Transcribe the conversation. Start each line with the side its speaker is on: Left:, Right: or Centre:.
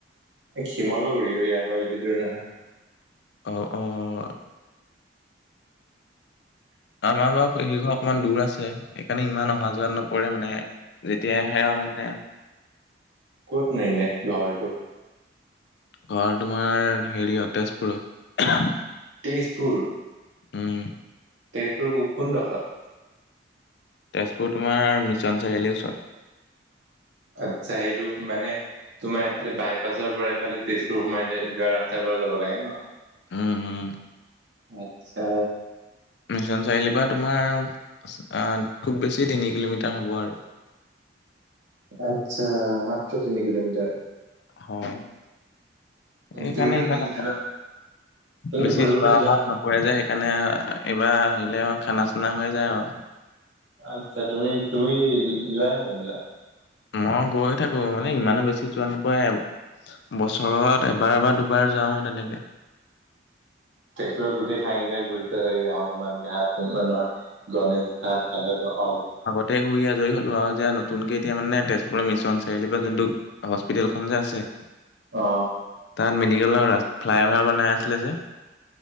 Right: শিমলগুৰি অ' ইয়াৰপৰা বেছি দূৰ নহয়।
Left: অ', অ'। আমাৰ বাৰু পেহীৰ ঘৰ অকণমান দূৰ আছে, সেইকাৰণে ইমান অহা যোৱাত নপৰে মানে। যেতিয়াই আহে আৰু মানে
Right: ক'তনো এনে ঘৰটো?
Left: ঘৰ তোমাৰ হেৰিয়ত তেজপুৰত।
Right: তেজপুৰ?
Left: উম।
Right: তেজপুৰ কোনডখত?
Left: তেজপুৰ তোমাৰ মিছন চাৰিআলিৰ ওচৰত।
Right: আচ্ছা, এইটো মানে তোমাৰ এইফালে বাইপাছৰপৰা এইফালে তেজপুৰ সোমাই যায়, যোৱা ৰাস্তাৰপৰা যাব লাগে ন'?
Left: উম, উম।
Right: আচ্ছা।
Left: মিছন চাৰিআলিৰপৰা তোমাৰ আ, খুব বেছি তিনি কিলোমিটাৰ হ'ব আৰু।
Right: আচ্ছা, মাত্ৰ তিনি কিলোমিটাৰ।
Left: হয়। সেইকাৰণে
Right: তুমিতো
Left: ইমান,
Right: যো- যোৱা তুমিতো
Left: বেছি
Right: ফুৰিবলৈ
Left: যোৱা অহাত নহ পুৱাই যায় সেইকাৰণে এইবাৰ আহিলে আৰু খানা চানা হৈ যায় আৰু।
Right: আচ্ছা তুমি-তুমি, যোৱা নে নোযোৱা?
Left: মই গৈ থাকো মানে ইমানো বেছি যোৱা নোপাই বছৰত এবাৰ বা দুবাৰ যাও তেনেকে।
Right: তেজপুৰত গোটেই ঠাইকেইটাই ঘুৰিছা চাগে যে হনুমান ঘাট, অ' নহয় গণেশ ঘাট তহতো অগ
Left: গোটেই ঘূৰি আজৰি হ'লো আৰু এতিয়া নতুনকে এতিয়া মানে তেজপুৰৰ মিছন চাৰিআলিৰ পৰা যোনটো হস্পিতেলখন যে আছে
Right: অ।
Left: তাত মেডিকেলৰ ৰাস ফ্লাই অভাৰ বনাই আছিলে যে?